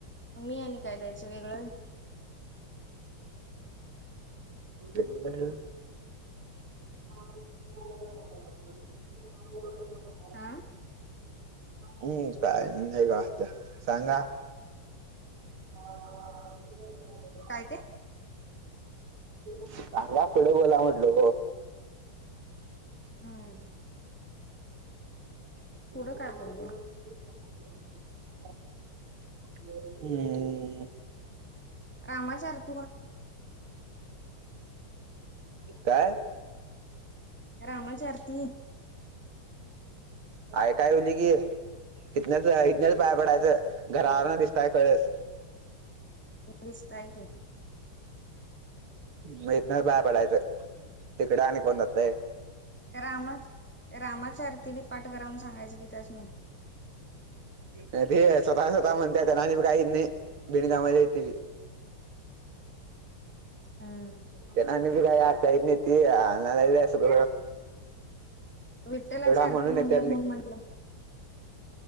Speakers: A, in the centre; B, on the right.
A: मी आणि काय द्यायचं वेगळं.
B: ए <inaudible> <inaudible>
A: आा.
B: हम् काय हे कात्या सांगा. <unintelligible> <inaudible>
A: काय ते.
B: चांगा पुढे गला म्हटलो.
A: हम्म.
B: <unintelligible>
A: पुढं काय बोलूया
B: <inaudible> हम्म.
A: रामाचारत.
B: काय.
A: रामाची आरती
B: ह. य काय होली की इथनच इथनच पाया पडायचं. घरारणा दिसताय कळस.
A: इंग्लिश त आहे की.
B: मन बाय पडायचं तिकडे आणि कोण जातय.
A: रामा रामाची आरती बी पाठ करावून सांगायचं की त्याच म.
B: ते स्वतः स्वतः म्हणते आणिी काही नाही बिन कामा येते.
A: हं.
B: ते ना बी काय आरतायेतेतती सुग.
A: विठ्ठलाची आरती
B: म्हणून येत्यांनी
A: मंगल्यात म्हणून म्हंटलं.